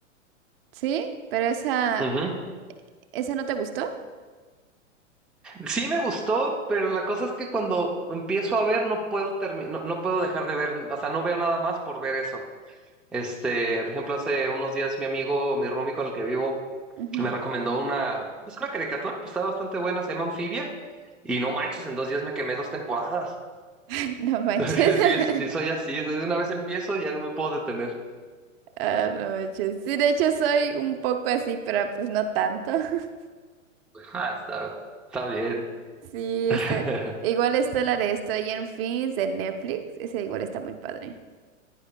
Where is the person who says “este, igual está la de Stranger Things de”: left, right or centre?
Right